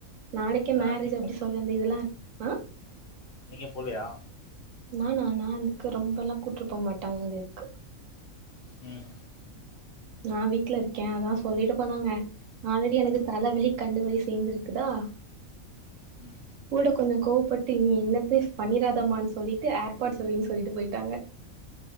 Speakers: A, on the right; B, on the left.
A: நாளைக்கே மேரேஜ்
B: ஆ நீங்க
A: அப்டி சொல்ற அந்த இதெல்லா இருக் ஆ
B: நீங்க போலயா
A: நானா நா அதுக்கு ரொம்பல்லா கூட்டு போக மாட்டாங்க அந்த இதுக்கு
B: ம்
A: நா வீட்ல இருக்கே அதா சொல்லிட்டு போனாங்க ஆல்ரெடி எனக்கு தலவலி கண்ணு வலி சேர்ந்துருக்குதா
B: ம்.
A: கூட கொஞ்சோ கோவப்பட்டு நீ என்னத்த பண்ணிராதமான் சொல்லிட்டு ஏர்பாடு சொவின் சொல்லிட்டு போயிட்டாங்க